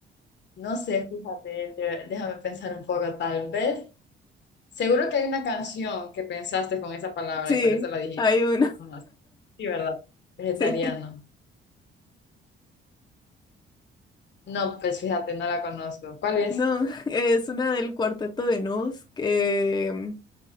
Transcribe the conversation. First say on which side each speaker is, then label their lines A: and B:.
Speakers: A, on the left (about 60°); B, on the left (about 20°).
A: no sé, fíjate, de- déjame pensar un poco, tal vez. Seguro que hay una canción que pensaste con esa palabra
B: Sí,
A: y por eso la dijiste.
B: hay una,
A: No, sí, ¿verdad? Vegetariano.
B: <laughs> sí.
A: No, pues fíjate, no la conozco. ¿Cuál es?
B: No, es una del cuarteto de Nos, que